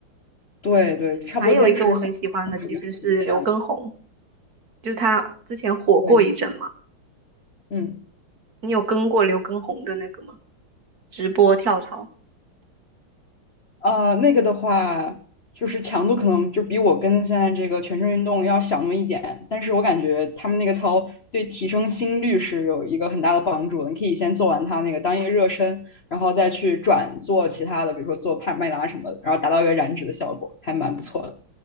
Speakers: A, on the left; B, on the right.
A: 对对，差不多坚持三步步已经是极限了。
B: 还有一个我很喜欢的其实是刘畊宏，就是他之前火过一阵嘛。
A: 对，嗯。
B: 你有跟过刘畊宏的那个吗？直播跳槽？
A: 呃，那个的话，就是强度可能就比我跟现在这个全身运动要小那么一点，但是我感觉他们那个操对提升心率是有一个很大的帮助的。你可以先做完它那个当一个热身，然后再去转做其他的，比如说做帕梅拉什么的，然后达到一个燃脂的效果，还蛮不错的。